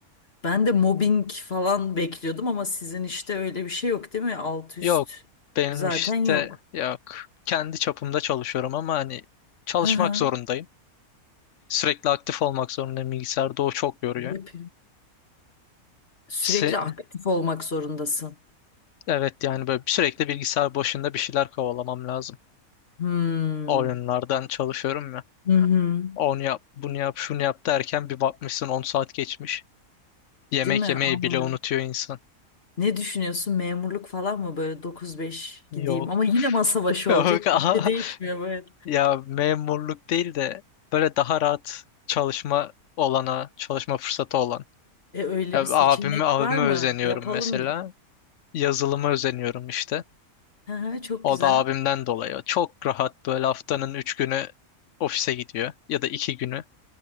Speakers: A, on the left; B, on the left.
A: Ben de mobbing falan bekliyordum ama sizin işte öyle bir şey yok değil mi? Alt üst
B: Yok benim
A: zaten
B: işte
A: yok.
B: yok. Kendi çapımda çalışıyorum ama hani çalışmak
A: Hı hı.
B: zorundayım. Sürekli aktif olmak zorundayım. Bilgisayarda o çok yoruyor.
A: Hep sürekli
B: Se-
A: aktif olmak zorundasın.
B: evet yani böyle sürekli bilgisayar başında bir şeyler kovalamam lazım.
A: Hmm.
B: Oyunlardan çalışıyorum ya.
A: Hı hı.
B: Onu yap, bunu yap, şunu yap derken bir bakmışsın 10 saat geçmiş. Yemek
A: Değil mi?
B: yemeyi
A: Ama.
B: bile unutuyor insan.
A: Ne düşünüyorsun? Memurluk falan mı böyle dokuz beş
B: Yok.
A: gideyim ama yine masa başı
B: Yok.
A: olacak
B: <laughs> aha.
A: bir şey değişmiyor böyle.
B: Ya memurluk değil de böyle daha rahat çalışma olana, çalışma fırsatı olan
A: E öyle
B: Ya
A: bir seçenek
B: abime, abime
A: var mı?
B: özeniyorum
A: Yapalım.
B: mesela. Yazılıma özeniyorum işte.
A: Hı hı, çok
B: O
A: güzel.
B: da abimden dolayı. Çok rahat böyle haftanın 3 günü ofise gidiyor. Ya da 2 günü.